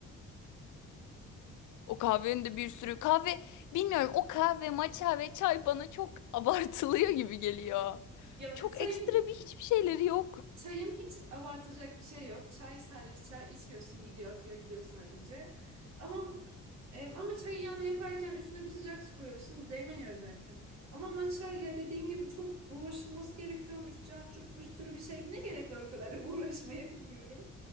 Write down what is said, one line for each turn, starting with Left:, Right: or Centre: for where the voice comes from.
Left: O kahvenin de bir sürü kahve bilmiyorum o kahve matcha ve çay bana çok <laughs> abartılıyor gibi geliyor.
Right: Ya
Left: Çok
Right: çayın
Left: ekstra bir hiçbir şeyleri yok.
Right: Çayım hiç abartılacak bir şey yok. Çay sadece çay içiyorsun gidiyor akıyor gidiyor sadece. Ama e, ama çayı yanına yaparken üstüne bir sıcak su koyuyorsun değmeniyor zaten. Ama matcha ya dediğin gibi çok uğraşılması gerekiyormuş. Cart curt bir sürü bir şey. Ne gerek var o kadar <laughs> uğraşmaya bilmiyorum.